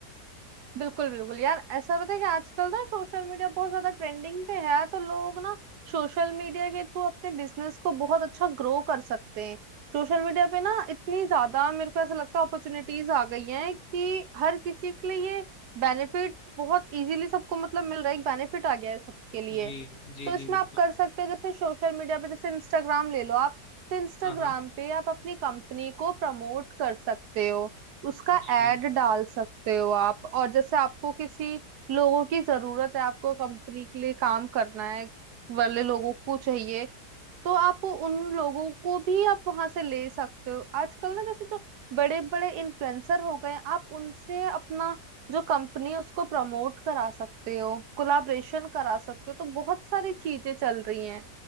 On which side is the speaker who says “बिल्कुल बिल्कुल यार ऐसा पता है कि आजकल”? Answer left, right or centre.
Right